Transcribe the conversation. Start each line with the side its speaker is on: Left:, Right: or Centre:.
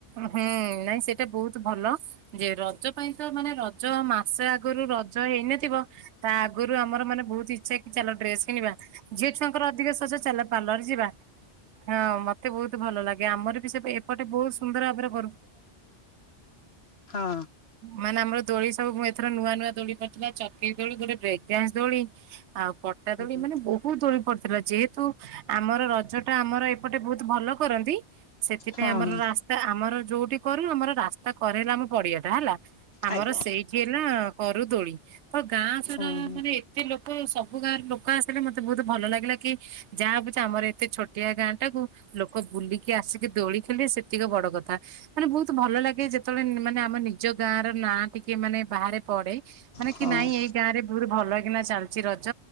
Right: ଓହୋ ନାଇଁ ସେଇଟା ବହୁତ ଭଲ ଯେ ରଜ ପାଇଁ ତ ମାନେ ର ଜ ମାସେ ଆଗରୁ ରଜ ହେଇନଥିବ ତା ଆଗରୁ ଆମର ମାନେ ବହୁତ ଇଛା ଚାଲ ଡ୍ରେସ୍ କିଣିବା ଝିଅ ଛୁଆଙ୍କର ଅଧିକ ସଜ ଚାଲ ପାର୍ଲର ଯିବା। ହଁ ମତେ ବହୁତ ଭଲ ଲାଗେ ଆମର ବି ସେ ଏପଟେ ବହୁତ ସୁନ୍ଦର ଭାବରେ କରୁ।
Left: ହଁ
Right: ମାନେ ଆମର ଦୋଳି ସବୁ ଏଥର ନୂଆ ନୂଆ ଦୋଳି କରିଥିଲା ଚକିରି ଦୋଳି ଗୋଟେ ବ୍ରେକ ଡାନ୍ସ ଦୋଳି। ଆଉ ପ ଟା
Left: ହଁ
Right: ଦୋଳି ମାନେ ବହୁତ ଦୋଳି ପଡିଥିଲା ଯେହେତୁ ଆମର ରଜ ଟା ଆମର ଏପଟେ ବହୁତ ଭଲ କରନ୍ତି। ସେଥିପାଇଁ
Left: ହଁ
Right: ଆମର
Left: ହଁ
Right: ରା ସ୍ତା ଆମର ଯୋଉଠି କରୁ ଆମର ରାସ୍ତା କରେଇଲେ ଆମ ପଡିିଆଟା ହେଲା ଆମର
Left: ଆଜ୍ଞା
Right: ସେଇ ହେଲା କରୁ ଦୋଳି ତ ଗାଁ ସାରା
Left: ହଁ ହଁ।
Right: ମାନେ ଏ ତେ ଲୋକ ସବୁ ଗାଁର ଲୋକ ଆସିଲେ ମତେ ବହୁତ ଭଲ ଲାଗିଲା କି ଯାହା ଭାବୁଛ ଆମର ଏତେ ଛୋଟିଆ ଗାଁ ଟାକୁ ଲୋକ ବୁଲିକି ଆସିକି ଦୋଳି ଖେଳିଳେ ସେତିକ ବଡ କଥା। ମାନେ ବହୁତ ଭଲ ଲାଗେ ଯେତେବେଳେ ମାନେ ଆମ ନିଜ ଗାଁର ନାଁ ଟିକେ ମାନେ ବାହାରେ ପଡେ। ମାନେ
Left: ହଁ ହଁ
Right: କି ନାଇଁ ଏଇ ଗାଁ ରେ ବହୁତ ଭଲକିନା ଚାଲିଚି ରଜ